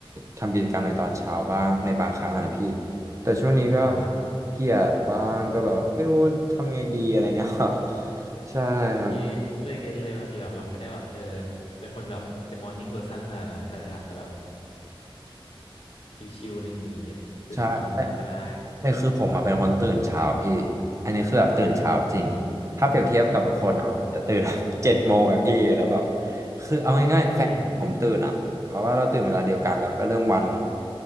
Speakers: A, on the right; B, on the left.
A: ทำกิจกรรมในตอนเช้าบ้างในบางครั้งอะนะพี่แต่ช่วงนี้ก็
B: อ่าครับ
A: เกลียดบ้างก็แบบว่าไม่รู้ทำไงดีอะไรเงี้ยครับ ใช่ครับ
B: พี่เก็ตเลยเก็ตเลยบางทีแบบเราไม่ได้แบบเออเป็นคนแบบเป็นมอร์นิ่งเพอร์ซันขนาดนั้นก็อาจจะแบบ ชิวๆอะไรอย่างงี้ตื่นกี่โมงก็ได้
A: ใช่แต่แต่คือผมมาเป็นคนตื่นเช้าพี่อันนี้คือแบบตื่นเช้าจริง
B: อืม
A: ถ้าเปรียบเทียบกับทุกคนอ่ะจะตื่นแบบ
B: จริงเหรอ
A: <laughs> เจ็ดโมงอะพี่แล้วแบบคือเอาง่ายๆแฟนผมตื่นอ่ะเพราะว่าเราตื่นเวลาเดียวกันแล้วก็เริ่มวัน
B: อุ้ยอืม